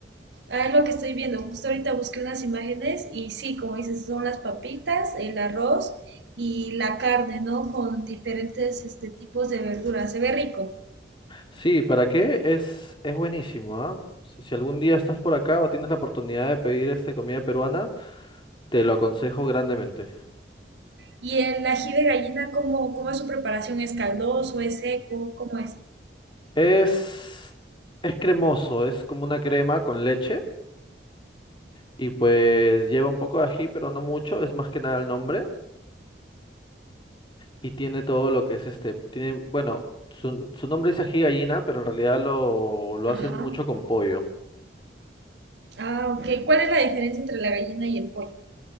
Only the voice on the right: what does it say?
Ah, es lo que estoy viendo. Justo ahorita busqué unas imágenes y sí, como dices, son las papitas, el arroz y la carne, ¿no? Con diferentes este, tipos de verduras. Se ve rico.
¿Y el ají de gallina, cómo, cómo es su preparación? ¿Es caldoso? ¿Es seco? ¿Cómo es?
Ajá.
Ah, ok. ¿Cuál es la diferencia entre la gallina y el pollo?